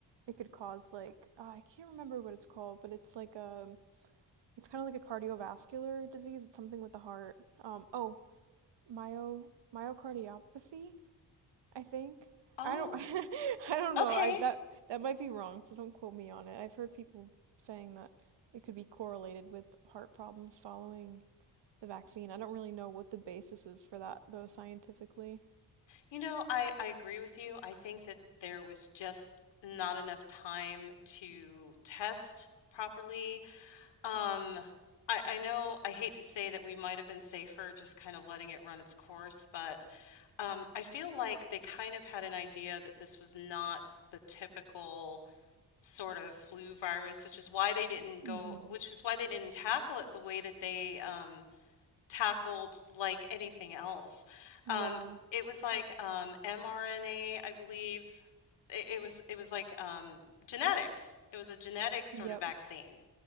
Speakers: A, on the right; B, on the left.
A: it could cause like uh, I can't remember what it's called, but it's like a it's kind of like a cardiovascular disease. It's something with the heart. Um oh, myo myocardiopathy I think.
B: Oh,
A: I don't <laughs> I don't
B: okay.
A: know. I that that might be wrong, so don't quote me on it. I've heard people saying that it could be correlated with heart problems following the vaccine. I don't really know what the basis is for that though scientifically.
B: You know, I I agree with you. I think that there was just not enough time to test properly. Um, I I know I hate to say that we might have been safer just kind of letting it run its course, but Um, I feel like they kind of had an idea that this was not the typical sort of flu virus, which is why they didn't go,
A: Mm-hmm.
B: which is why they didn't tackle it the way that they um, tackled like anything else.
A: Yeah.
B: Um, it was like um, mRNA, I believe. It, it was it was like um, genetics. It was a genetic sort
A: Yep.
B: of vaccine.